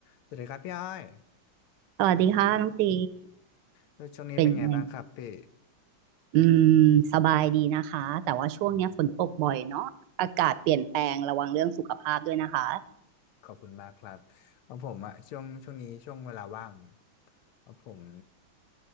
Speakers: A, on the left; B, on the right.
A: สวัสดีครับพี่อ้อย
B: สวัสดีค่ะน้องตี
A: แล้วช่วงนี้เป็นไงบ้างครับพี่
B: เป็นไงอืมสบายดีนะคะแต่ว่าช่วงเนี้ยฝนตกบ่อยเนาะอากาศเปลี่ยนแปลงระวังเรื่องสุขภาพด้วยนะคะ
A: อืมขอบคุณมากครับของผมอะช่วงช่วงนี้ช่วงเวลาว่างของผม